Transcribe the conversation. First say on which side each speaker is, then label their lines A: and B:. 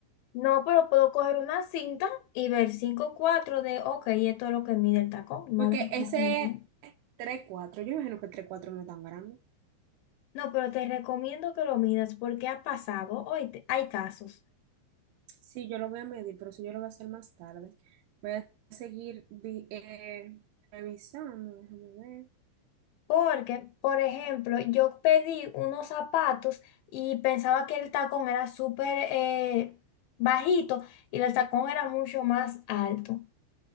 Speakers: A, on the left (about 80°); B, on the right (about 80°).
A: No, pero puedo coger una cinta y ver cinco cuatro de, ok, esto es lo que mide el tacón. Vamos
B: Porque
A: a
B: ese
A: cogerlo.
B: tres cuatro, yo imagino que el tres cuatro no es tan grande.
A: No, pero te recomiendo que lo midas porque ha pasado, hoy hay casos.
B: Sí, yo lo voy a medir, pero eso yo lo voy a hacer más tarde. Voy a seguir vi- eh, revisando, déjame ver.
A: Porque, por ejemplo, yo pedí unos zapatos y pensaba que el tacón era súper eh, bajito y el tacón era mucho más alto.